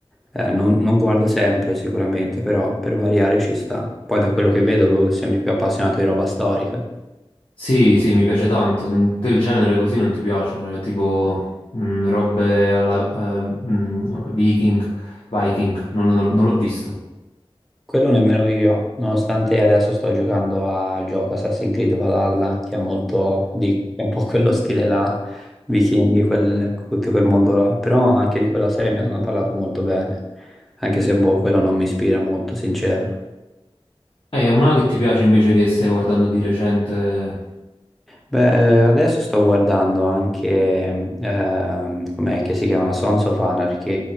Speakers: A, in the centre; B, on the left (about 60°).
A: eh, non, non guardo sempre sicuramente, però per variare ci sta. Poi da quello che vedo tu sembri più appassionato di roba storica.
B: Sì, sì, mi piace tanto. Mm, Te il genere così non ti piace, eh, tipo mm, robe alla eh, mm, Viking, Viking, non l'ho non l'ho visto.
A: Quello nemmeno io, nonostante adesso sto giocando al gioco Assassin's Creed Valhalla, che è molto, dico, che è un po' quello stile là, vichinghi, quel- tutto quel mondo là, però anche di quella serie mi hanno parlato molto bene, anche se boh, quello non mi ispira molto, sincero.
B: È una che ti piace invece che stai guardando di recente.
A: Beh, eh, adesso sto guardando anche, ehm, com'è che si chiama? Sons of Anarchy,